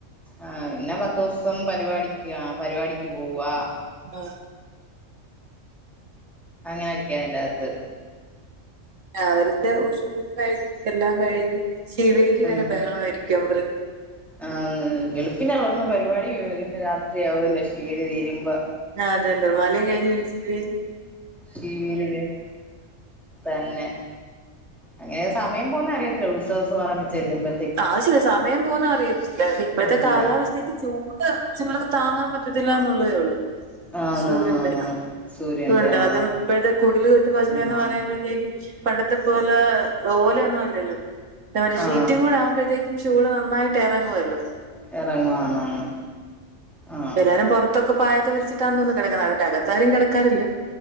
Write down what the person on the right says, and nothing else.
ആ
ആ അവരത്തെ ഊഷപൂജ കഴിഞ്ഞ് എല്ലാം കഴിഞ്ഞ് ശിവേരി
വരെ ബഹളമായിരിക്കും അമ്പ
ആ അതെലെ ബാല്യം കഴിഞ്ഞു പിന്നേ <unintelligible>
ആയിശര്യ സമയം പോന്ന അറിയത്തില്ല ഇപ്പോഴത്തെ
കാലാവസ്ഥ ചൂട് ചിലടക്ക് താങ്ങാൻ പറ്റത്തില്ല എന്നുള്ളതേ ഉള്ളൂ
ചൂടുണ്ട്
ണ്ട്
അതും ഇപ്പോഴത്തെ കുടില് കെട്ട് ഭജനേന്ന്
പറയുമ്പോഴത്തേക്കും പണ്ടത്തെ പോലെ ഓലൊന്നും അല്ലല്ലോ <unintelligible>
ഷീ റ്റും കൂടെ ആവുമ്പഴ്ത്തേക്കും ചൂട് നന്നായിട്ട് ഇറങ്ങുവല്ലോ
എല്ലാരം പുറത്തൊക്കെ പായൊക്കെ വിരിച്ചിട്ടന്ന് തൊന്ന് കിടക്ക്ന്നെ അന്റെകത്താരും കടക്കാറില്ല